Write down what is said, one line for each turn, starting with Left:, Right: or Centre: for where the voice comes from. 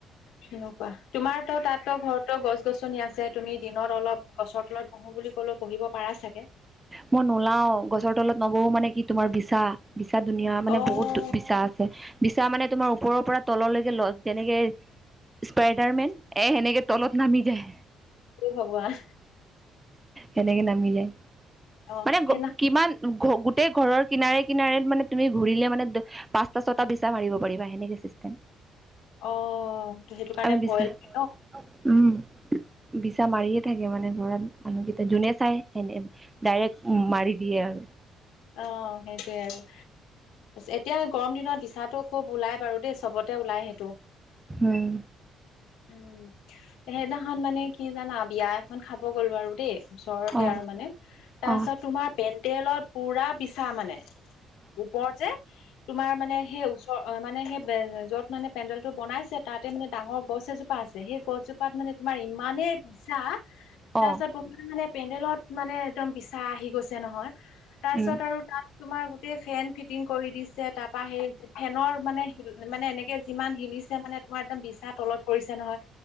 Left: সনেকুৱা। তোমাৰটো তাতটো ঘৰতো গছ -গছনি আছে। তুমি দিনত অলপ গছৰ তলত বহো বুলি ক'লেও বহিব পাৰা চাগে?
Right: মই নোলাও গছৰ তলত নবহো, মানে কি তোমাৰ বিছা। বিছা দুনীয়াৰ মানে
Left: অ'
Right: বহুত বিছা আছে। বিছা মানে তোমাৰ ওপৰৰ পৰা তললৈকে ল যেনেকে স্পাইডাৰমেন, এ সেনেকে তলত নামি যায়।
Left: ভগৱান
Right: সেনেকে নামি যায়।
Left: অ
Right: মানে
Left: সেইদিনা
Right: গ কিমান গো গোটেই ঘৰৰ কিনাৰে কিনাৰে মানে তুমি ঘূৰিলে মানে দে পাঁচটা ছটা বিছা মাৰিব পাৰিবা, সেনেকে চিষ্টেম।
Left: অ', ত' সেইটো কাৰণে
Right: আমি বিছা
Left: ভয় লাগে ন'?
Right: উম, বিছা মাৰিয়ে থাকে মানে ঘৰত, মানুহকেইটা যোনে চাই সেনে ডাইৰেক্ট মাৰি দিয়ে আৰু।
Left: অ', সেইটোৱে আৰু। এতিয়া গৰম দিনত বিছাটো খুব ওলাই বাৰু দেই চবতে ওলাই সেইটো।
Right: উম
Left: উম, সেইদিনাখন মানে কি জানা বিয়া এখন খাব গ'লো আৰু দেই। ওচৰতে
Right: অ
Left: আৰু মানে, তাৰপাছত
Right: অ
Left: তোমাৰ পেণ্ডেলত পুৰা বিছা মানে, ওপৰত যে, তোমাৰ মানে সেই অ', অ', মানে সেই য'ত মানে পেণ্ডেল টো বনাইছে, তাতে মানে ডাঙৰ গছ এজোপা আছে। সেই গছজোপা ত মানে তোমাৰ ইমানে বিছা, তাৰপিছত
Right: অ
Left: তো পেণ্ডেলত মানে একদম বিছা আহি গৈছে নহয়, তাৰপিছত
Right: উম
Left: আৰু তাত তোমাৰ গোটেই ফেন ফিটিং কৰি দিছে। তাৰপৰা হে ফেনৰ মানে মানে এনেকে যিমান হিলিছে মানে মোৰ একদম বিছা তলত পৰিছে নহয়।